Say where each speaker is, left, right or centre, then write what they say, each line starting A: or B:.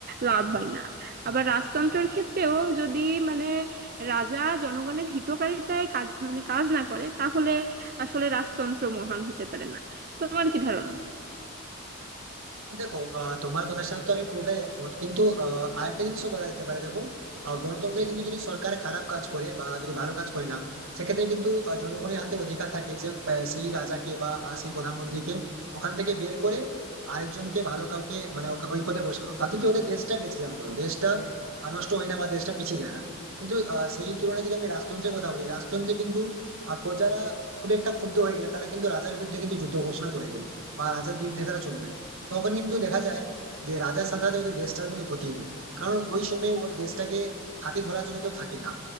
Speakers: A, on the right (about 45°); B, on the right (about 80°).
A: লাভ হয় না আবার রাজতন্ত্রের ক্ষেত্রেও যদি মানে রাজা জনগণের হিতকারিতায় কাজ মানে কাজ না করে তাহলে আসলে রাজতন্ত্র মহান হতে পারে না তোমার কি ধারণা
B: দেখো আহ, তোমার কথার সাথে তো আমি পুরোটাই একমত কিন্তু আহ, আরেকটা জিনিসও বলা যেতে পারে দেখো আহ, গণতন্ত্রে কিন্তু যদি সরকার খারাপ কাজ করে বা যদি ভালো কাজ করে না সেক্ষেত্রে কিন্তু আহ, জনগণের হাতে অধিকার থাকে যে আহ, সেই রাজাকে বা আহ, সেই প্রধানমন্ত্রীকে ওখান থেকে বের করে আরেকজনকে ভালো কাউকে মানে ওকে- ওই পদে বসানো তাতে কি ওদের দেশটা বেঁচে যায় অন্তত দেশটা আহ, নষ্ট হয় না বা দেশটা পিছিয়ে যায় না কিন্তু আহ, সেই তুলনায় যদি আমি রাজতন্ত্রের কথা বলি রাজতন্ত্রে কিন্তু আহ, প্রজারা খুব একটা ক্ষুব্ধ হয়ে গেলে তারা কিন্তু রাজার বিরুদ্ধে কিন্তু যুদ্ধ ঘোষণা করে দেয় বা রাজার বিরুদ্ধে তারা চলে যায় তখন কিন্তু দেখা যায় যে রাজার সাথে সাথে ওদের দেশটার কিন্তু ক্ষতি হয় কারণ ওই সময়ে ওর দেশটাকে হাতে ধরার জন্য কেউ থাকে না